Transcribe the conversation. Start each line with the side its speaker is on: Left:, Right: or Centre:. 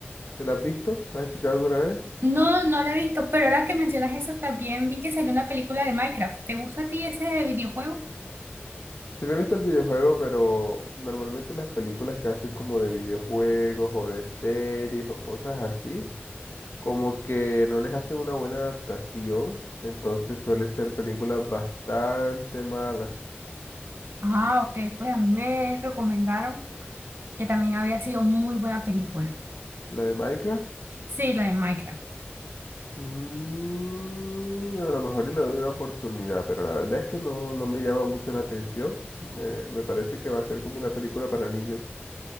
Left: ¿Te la has visto? ¿La has escuchado alguna vez?
Right: No, no la he visto, pero ahora que mencionas eso, también vi que salió una película de Minecraft. ¿Te gusta a ti ese videojuego?
Left: Sí me gusta el videojuego, pero normalmente las películas que hacen como de videojuegos o de series o cosas así, como que no les hacen una buena adaptación, entonces suelen ser películas bastante malas.
Right: Ah, ok, pues a mí me recomendaron. que también había sido muy buena película.
Left: La de Minecraft
Right: Sí, la de Minecraft.
Left: Mm, a lo mejor y le doy una oportunidad, pero la verdad es que no, no me llama mucho la atención. Me, me parece que va a ser como una película para niños.